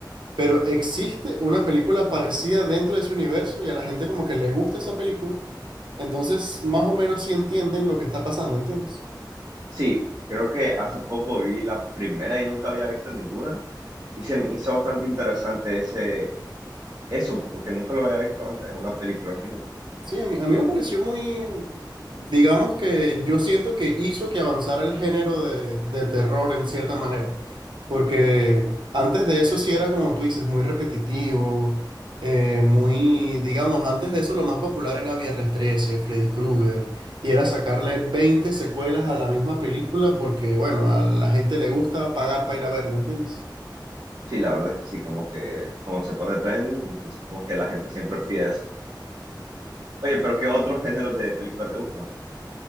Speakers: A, on the right; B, on the right.
A: pero existe una película parecida dentro de ese universo y a la gente como que le gusta esa película. Entonces, más o menos sí entienden lo que está pasando, ¿entiendes?
B: Sí, creo que hace poco vi la primera y nunca había visto ninguna. Y se me hizo bastante interesante ese, eso, porque nunca lo había visto antes en una película, fíjate.
A: Sí, a mí, a mí me pareció muy, digamos que yo siento que hizo que avanzara el género de, de terror en cierta manera, porque antes de eso sí era como tú dices, muy repetitivo, eh, muy, digamos, antes de eso lo más popular era Viernes trece Freddy Krueger, y era sacarle 20 secuelas a la misma película porque, bueno, a la gente le gusta pagar para ir a verla, ¿entiendes?
B: Sí, la verdad es que sí, como que como se pone trending, entonces como que la gente siempre pide eso. Oye, pero ¿qué otros géneros de película te gustan?